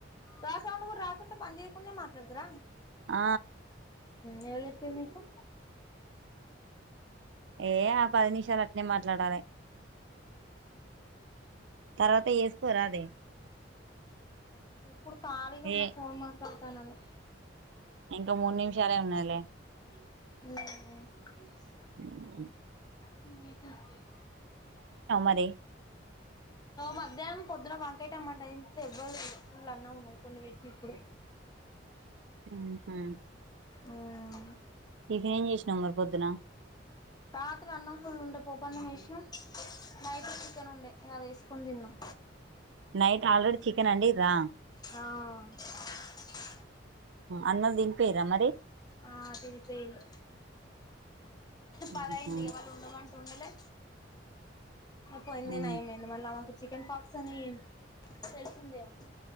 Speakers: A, on the left (about 20°); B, on the right (about 70°).
A: గా సౌండ్ కూడా రకూడా పని చేయకుండా మాట్లాడతార నే
B: ఆ
A: ఏవాలు చెపీరు నీకు.
B: ఏ ఆ పది నిమిషాలు అట్నే మాట్లాడాలి తర్వాత చేసుకోరా అదే
A: ఇప్పుడు ఖాళీగా ఉన్న
B: ఏ
A: ఫోన్ మాట్లాడుతానని.
B: ఇంకా మూడు నిమిషాలే ఉన్నాాలే
A: ఉ
B: అ
A: ఊహూ
B: మరి
A: మధ్యాహ్నం పొద్దున వంకైట టమ్మంట అ యావ్వరూ తినలే ఫుల్ అన్న ఉన్నాయి కొన్ని వట్టిని ఇప్పుడే
B: ఉహు
A: ఉమ్
B: టిఫన్ ఏం చేసినావు మరి పొద్దున
A: రాత్ర అన్నం ఫుల్ ఉండే పొప్పన్నం వేసిన నైట్ చికెన్ ఉండే అది వేసుకొని తిన్నాం.
B: నైట్ ఆల్రెడీ చికెన్ అండి రా
A: అ
B: అన్నం తినిపియరా మరి
A: ఆ తిర్చయిలు పది
B: మ్మ్హ.
A: అయింది వాళ ఉండమంటె ఉండలే. పోయిందే
B: మ్మ్.
A: నయమైంది మల్ల చికెన్ ఫాక్స్ ఆని. తెలిసిందేగ <unintelligible>